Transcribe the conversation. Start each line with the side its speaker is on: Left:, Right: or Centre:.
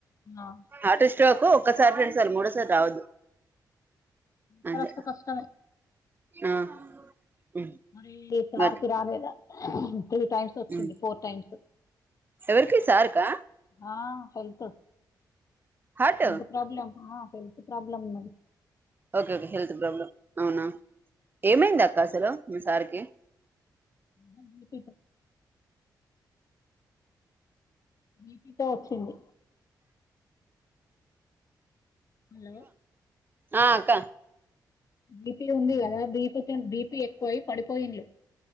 Left: ఆ
Right: హాట్ స్ట్రోకు ఒక్కసారి రెండుసార్లు మూడోసారి రావద్దు అంతే
Left: సరోస్తే కష్టమే
Right: ఆ ఉమ్
Left: మరీ సార్
Right: గట్
Left: కి రాలేదా త్రీ టైమ్స్ వచ్చింది
Right: ఉమ్
Left: ఫోర్ టైమ్స్
Right: ఎవరికి సారు కా
Left: ఆ హెల్త్
Right: హార్ట్
Left: హెల్త్ ప్రాబ్లమ్ ఆ హెల్త్ ప్రాబ్లమ్ ఉన్నది
Right: ఓకే ఓకే హెల్త్ ప్రాబ్లం అవునా ఏమైంది అక్క అసలు మీ సార్ కి
Left: <inaudible> బీపీ తో వచ్చింది హలో
Right: ఆ అక్క
Left: బీపీ ఉంది కదా బీపి తోని బీపీ ఎక్కువై పడిపోయిండ్లు